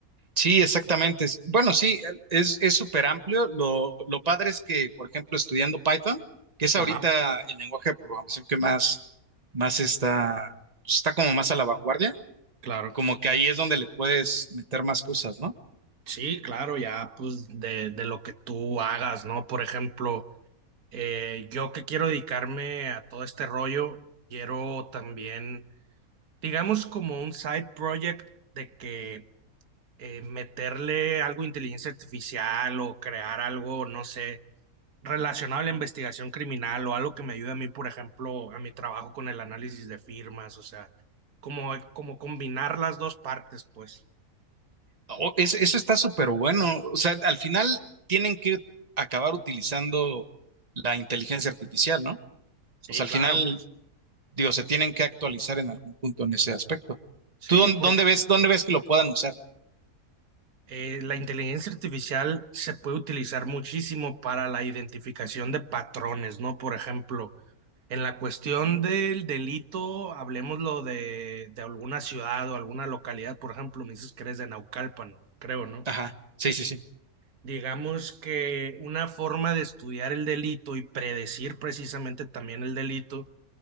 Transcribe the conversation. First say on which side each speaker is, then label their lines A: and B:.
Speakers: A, on the right (about 25°); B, on the right (about 70°).
A: Sí, exactamente. Es- Bueno, sí, es, es súper amplio. Lo, lo padre es que, por ejemplo, estudiando Python, que es ahorita
B: Ajá,
A: el lenguaje de programación que más, más está, pues, está como más a la vanguardia,
B: claro.
A: como que ahí es donde le puedes meter más cosas, ¿no?
B: Sí, claro, ya pues de, de lo que tú hagas, ¿no? Por ejemplo, eh, yo que quiero dedicarme a todo este rollo, quiero también, digamos, como un side project de que eh, meterle algo de inteligencia artificial o crear algo, no sé, relacionado a la investigación criminal o algo que me ayude a mí, por ejemplo, a mi trabajo con el análisis de firmas, o sea, como, como combinar las dos partes, pues.
A: O- es- eso está súper bueno. O sea, al final tienen que acabar utilizando la inteligencia artificial, ¿no?
B: Sí,
A: O sea, al
B: claro,
A: final
B: pues.
A: digo, se tienen que actualizar en algún punto en ese aspecto.
B: Sí,
A: ¿Tú dónde,
B: porque
A: dónde ves, dónde ves que lo puedan usar?
B: eh, la inteligencia artificial se puede utilizar muchísimo para la identificación de patrones, ¿no? Por ejemplo, En la cuestión del delito, hablemoslo de, de alguna ciudad o alguna localidad, por ejemplo, me dices que eres de Naucalpan, creo, ¿no?
A: Ajá, sí, sí, sí,
B: Digamos que una forma de estudiar el delito y predecir precisamente también el delito